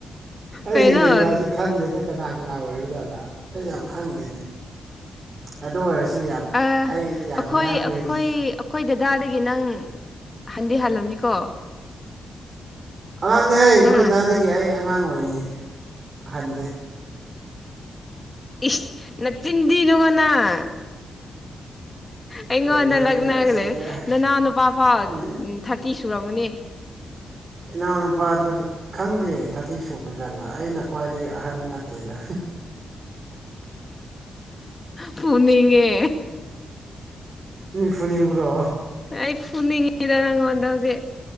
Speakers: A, on the right; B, on the left.
A: ꯑꯩꯒꯤ
B: ꯀꯩꯅꯣ
A: ꯂꯦꯡꯒꯥꯁꯤ
B: ꯑ
A: ꯈꯪꯗꯦꯗ ꯀꯅꯥ ꯀꯅꯥ ꯑꯣꯏꯕꯖꯥꯠꯂ ꯑꯩ ꯌꯥꯝ ꯈꯪꯗꯦꯅꯦ ꯑꯗꯨ ꯑꯣꯏꯔꯁꯨ ꯌꯥꯝ
B: ꯑ ꯑꯩꯈꯣꯏ
A: ꯑꯩ ꯌꯥꯝ ꯑꯉꯥꯡ ꯑꯣꯏꯔꯤ
B: ꯑꯩꯈꯣꯏ ꯑꯩꯈꯣꯏ ꯗꯗꯥꯗꯒꯤ ꯅꯪ ꯍꯟꯗꯤ ꯍꯥꯜꯂꯝꯅꯤꯀꯣ
A: ꯑꯉꯥꯡꯅꯤ ꯍꯦ ꯅꯣꯏꯗꯥꯗꯒꯤ
B: ꯎꯝ
A: ꯑꯩ ꯑꯉꯥꯡ ꯑꯣꯏꯑꯦ ꯍꯟꯗꯦ
B: ꯏꯁ ꯅꯆꯤꯟ ꯊꯤꯅꯨ ꯀꫭ ꯅꯪ ꯑꯩꯉꯣꯟꯗ
A: ꯀꯩꯅꯣ
B: ꯂꯛꯅꯔꯒ
A: ꯃꯤꯅ ꯑꯁꯦꯡꯕ
B: ꯂꯩ ꯅꯅꯥꯎ ꯅꯨꯄꯥ ꯐꯥꯎ
A: ꯃꯤ
B: ꯊꯥꯔ ꯇꯤ ꯁꯨꯔꯝꯃꯨꯅꯦ
A: ꯏꯅꯥꯎꯅꯨꯄꯥꯗꯨꯁꯨ ꯈꯪꯗꯦ ꯊꯥꯔꯇꯤ ꯁꯨꯕ ꯖꯠꯂ ꯑꯩꯅ ꯈ꯭ꯋꯥꯏꯗꯒꯤ ꯑꯍꯟ ꯅꯠꯇꯦꯗ
B: ꯐꯨꯅꯤꯡꯉꯦ
A: ꯃꯤꯐꯨꯅꯤꯡꯕ꯭ꯔꯣ
B: ꯑꯩ ꯐꯨꯅꯤꯡꯉꯤꯗ ꯅꯪꯑꫭꯟꯗ ꯍꯧꯖꯤꯛ